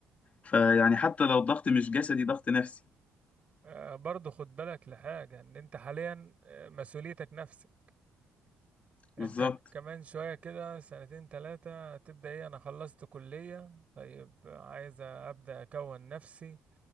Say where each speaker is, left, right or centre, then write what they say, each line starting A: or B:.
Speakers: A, on the left; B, on the right.
A: فيعني حتى لو الضغط مش جسدي ضغط نفسي
B: آه، برضو خد بالك لحاجه ان انت حاليا آه، مسؤوليتك نفسك انت
A: بالظبط
B: كمان شوية كده سنتين تلاتة تبدأ ايه انا خلصت كلية طيب عايز ابدأ اكون نفسي